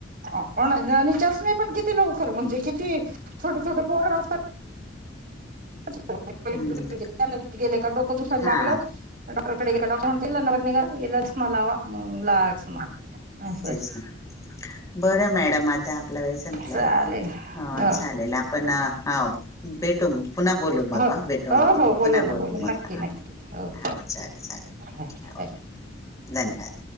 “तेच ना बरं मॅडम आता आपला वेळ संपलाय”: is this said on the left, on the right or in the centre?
Left